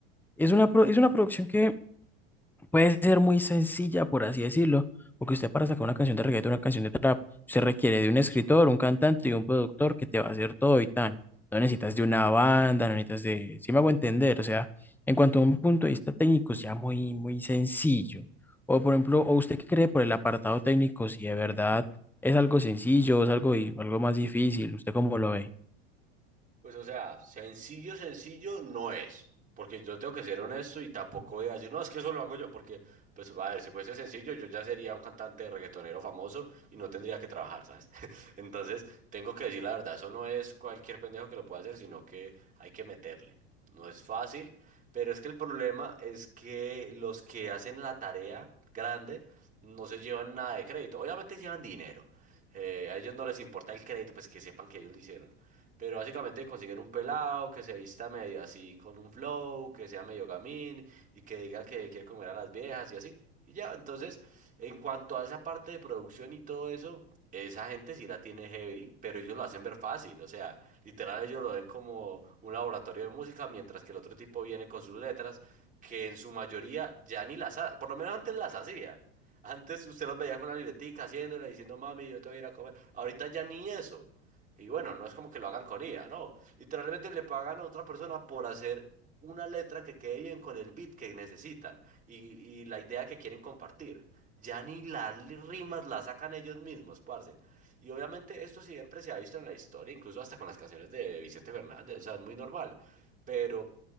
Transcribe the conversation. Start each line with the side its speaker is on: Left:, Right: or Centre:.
Centre: Es una, pro- es una producción que puede ser muy sencilla, por así decirlo, porque usted para sacar una canción de reggaetón, una canción de trap, usted requiere de un escritor, un cantante y un productor que te va a hacer todo y tan. No necesitas de una banda, no necesitas de, si me hago entender, o sea, en cuanto a un punto de vista técnico, es ya muy, muy sencillo. O por ejemplo, ¿o usted qué cree por el apartado técnico? Si de verdad es algo sencillo, es algo, di- algo más difícil, ¿usted cómo lo ve?
Right: Pues o sea, sencillo, sencillo no es, porque yo tengo que ser honesto y tampoco voy a decir, no, es que eso lo hago yo, porque, pues, a ver, si fuese sencillo, yo ya sería un cantante reggaetonero famoso y no tendría que trabajar, ¿sabes? <laughs> Entonces, tengo que decir la verdad, eso no es cualquier pendejo que lo pueda hacer, sino que hay que meterle. No es fácil, pero es que el problema es que los que hacen la tarea grande no se llevan nada de crédito, obviamente llevan dinero. eh, a ellos no les importa el crédito, pues que sepan que ellos lo hicieron. Pero básicamente consiguen un pelado que se vista medio así con un flow, que sea medio gamín y que diga que quiere comer a las viejas y así. Y ya, entonces, en cuanto a esa parte de producción y todo eso, esa gente sí la tiene heavy, pero ellos lo hacen ver fácil. O sea, literal ellos lo ven como un laboratorio de música, mientras que el otro tipo viene con sus letras, que en su mayoría ya ni las, ha- por lo menos antes las hacían. Antes usted los veía con una libretica haciéndole, diciendo, mami, yo te voy a ir a comer. Ahorita ya ni eso. Y bueno, no es como que lo hagan con IA, no. Literalmente le pagan a otra persona por hacer una letra que quede bien con el beat que necesitan y, y la idea que quieren compartir. Ya ni las li- rimas las sacan ellos mismos, parce. Y obviamente esto siempre se ha visto en la historia, incluso hasta con las canciones de Vicente Fernández, o sea, es muy normal. Pero,